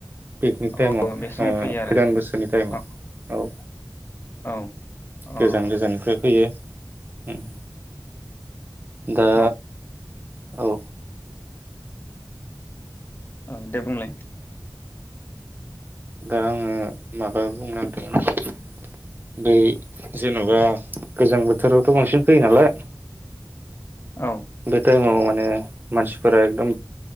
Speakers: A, on the right; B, on the left.
A: फिकनिक टाइमाव
B: औ बे समाव
A: ओ
B: फैयो आरो
A: गोदान बोसोरनि टाइमाव
B: औ
A: औ।
B: औ। अ
A: गोजान गोजान्निफ्राय फैयो‌। उम। दा
B: औ
A: औ।
B: औ दे बुंलाय।
A: दा आङो माबा बुंनो नागिरदों। बै जेन'बा गोजां बोथोरावथ' बांसिन फैयो नालाय
B: औ
A: बे टाइमाव मा ने मानसिफोरा एकदम